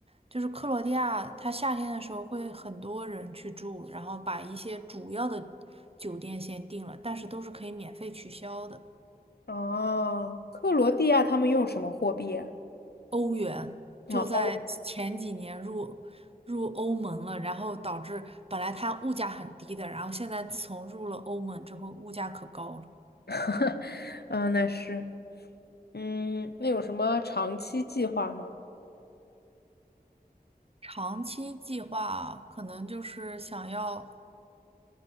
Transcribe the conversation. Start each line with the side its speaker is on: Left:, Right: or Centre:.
Right: 就是克罗地亚，它夏天的时候会很多人去住，然后把一些主要的酒店先定了，但是都是可以免费取消的。
Left: 哦，克罗地亚他们用什么货币啊？
Right: 欧元就在前几年入入欧盟了，
Left: 哦，欧，
Right: 然后导致本来它物价很低的，然后现在自从入了欧盟之后，物价可高了。
Left: <laughs> 嗯，那是，嗯，那有什么长期计划吗？
Right: 长期计划可能就是想要，